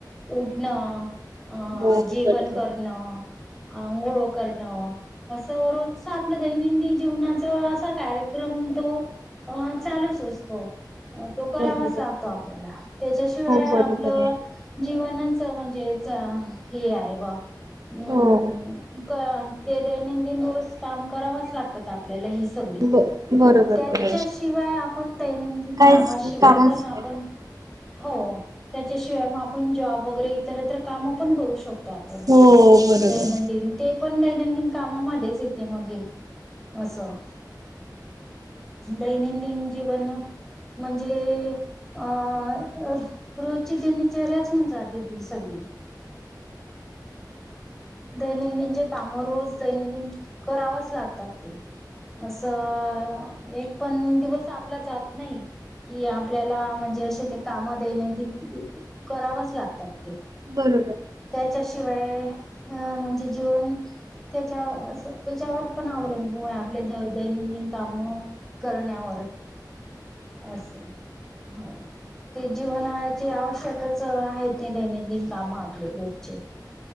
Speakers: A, in the centre; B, on the right (about 55°).
A: उठणं अ
B: हो
A: जेवण
B: बरोबर
A: करणं अंघोळ करणं असं रोजच आपलं दैनंदिन जीवनाचा असा कार्यक्रम म तो अ चालूच असतो तो करावाच
B: बरोबर
A: लागतो आपल्याला त्याच्याशिवाय
B: हो बरोबर
A: आपलं
B: आहे.
A: जीवनाच म्हणजेच हे आहे बा अ
B: हो
A: क ते दैनंदिन रोस काम करावच लागतात आपल्याला ह सगळी
B: ब बरोबर
A: त्याच्याशिवाय
B: बरोबर
A: आपण दैनंदिन
B: काहीच
A: कामाशिवाय
B: कामच
A: पण आपण
B: नाही.
A: हो त्याच्याशी आप जॉब वगैरे इतरत काम पण करू शकतो आपण
B: हो बरोबर
A: दैनंदिन ते पण दैनंदिन कामामध्येच येते मगे हे असं दैनंदिन जीवन म्हणजे अ रो ची दिनचर्याच होऊन जात ती सगळी दैनंदिनचे काम रोज दैनंदिन करावच लागतात ते असं एक पण दिवस आपला जात नाही कि आपल्याला म्हणजे असे ते काम दैनंदिन करावंच लागतात ते
B: बरोबर
A: त्याच्याशिवाय म्हणजे जीवन त्याच्या त्याच्यावर पण अवलंबून आपल्या दै दैनंदिन काम करण्यावर असे हो ते जीवना आवश्यकच आहेत दैनंदिन काम आपले रोजचे